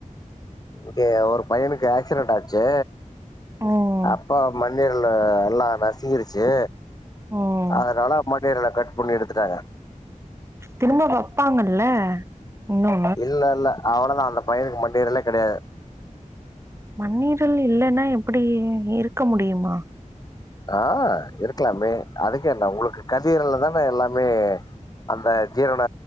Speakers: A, on the left; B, on the right.
A: இங்க ஒரு பையனுக்கு ஆக்சிடென்ட் ஆச்சு
B: ம்
A: அப்ப மண் ணீரல் எல்லா நசிங்கிருச்சு
B: ம்
A: அதனால மண்ணீரல கட் பண்ணி எடுத்துட்டாங்க
B: திரும்ப வெப்பாங்கல்ல இன்னொ
A: இல்ல இல்ல அவ்வளதா அந்த பையனுக்கு மண்ணீரலே கிடையாது
B: மண்ணீரல் இல்லன்னா எப்படி இருக்க முடியுமா
A: ஆ இருக்கலாமே அதுக்கென்ன உங்களுக்கு கல்லீரல்ல தானே எல்லாமே அந்த ஜீரண